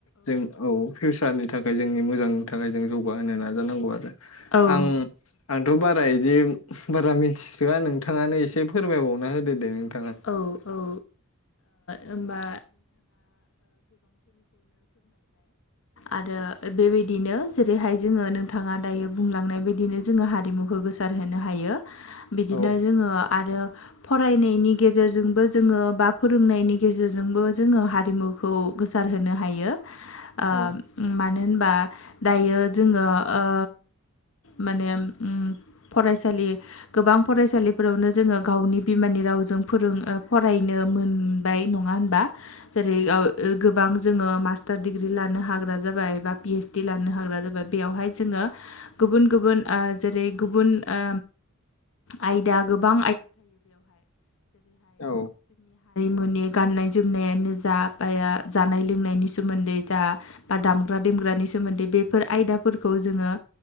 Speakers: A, on the left (about 80°); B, on the left (about 70°).
A: जों औ फिउसारनि थाखाय जोंनि मोजांनि थाखाय जों जौग जौगाहोनो नाजानांगौ आरो
B: औ
A: आं
B: औ
A: आंथ' बारा बिदि बारा मिथिसोया नोंथाङानो इसे फोरमायबावना होदो दे नोंथां
B: औ औ। ओ होमबा आरो जेरैहाय जोङो नोंथाङा दायो बुंलांनाय बायदिनो जोङो हारिमुखौ गोसार होनो हायो। बिदिनो
A: औ
B: जोङो आरो फरायनायनि गेजेरजोंबो जोङो बा फोरोंनायनि गेजेरजोंबो जोङो हारिमुखौ गोसारहोनो हायो। ओ
A: औ
B: मानो होनबा दायो जोङो ओ माने उम फरायसालि गोबां फरायसालिफोरावनो जोङो गावनि बिमानि रावजों फोरों फरायनो मोनबाय नङा होनबा जेरै औ गोबां जोङो मास्टार दिडिग्रि लानो हाग्रा जाबाय बा पि एस डि लानो हाग्रा जाबाय बेवहाय जोङो गुबुन-गुबुन आ जेरै गुबुन आ आयदा गोबां
A: औ
B: मुनि गाननाय जोमनायानो जा बा जानाय लोंनायनि सोमोन्दै जा बा दामग्रा दे ग्रानि सोमोन्दै बेफोर आयदाफोरखौ जोङो